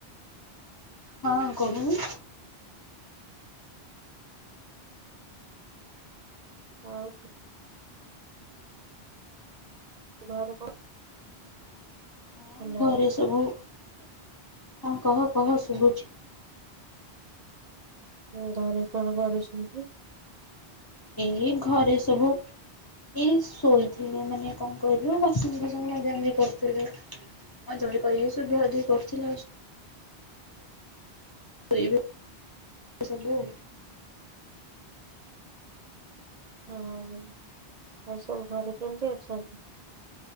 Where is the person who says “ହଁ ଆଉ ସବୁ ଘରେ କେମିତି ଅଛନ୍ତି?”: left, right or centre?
Right